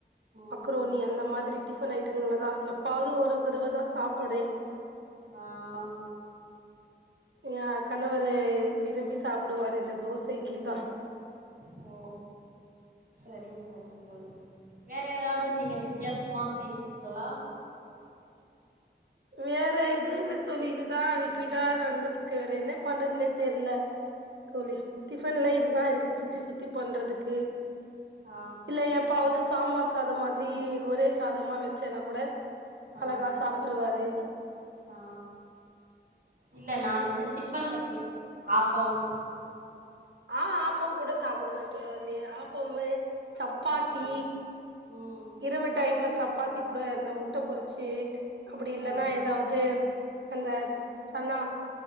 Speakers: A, on the right; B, on the right.
A: ம்
B: மக்ரோனி அந்த மாதிரி டிஃபன் ஐட்டங்கல்ல தா எப்பாவது ஒரு தடவ தா சாப்பாடு
A: ஆ
B: ஏ கணவரு விரும்பி சாப்புடுவாரு இந்த தோச இட்லி தா
A: ஓ சரிங்க சரிங்க தோழி வேற ஏதாவது நீங்க வித்யாசமா செய்வீர்களா
B: வேற எதுவு இல்ல தோழி இதுதா ரிப்பீட்டா நடந்துட்ருக்கு வேற என்ன பண்றதுனே தெர்ல தோழி டிஃபன்ல இதுதா இருக்கு சுத்தி சுத்தி பண்றதுக்கு
A: ஆ
B: இல்ல எப்பாவது சாம்பார் சாதம் மாதிரி ஒரே சாதமா வச்சேனா கூட
A: ஆ
B: அழகா சாப்ட்டுருவாரு
A: ஆ இல்ல நானு வந்து டிப்பன்ல கேக்கறே ஆப்பம்
B: ஆ ஆப்பம் கூட சாப்புடுவே தோழி ஆப்பமு சப்பாத்தி
A: ம் ம்
B: இரவு டைம்ல சப்பாத்தி கூட அந்த முட்ட பொறிச்சி அப்டி இல்லனா
A: ஆ
B: எதாவத் அந்த சன்னா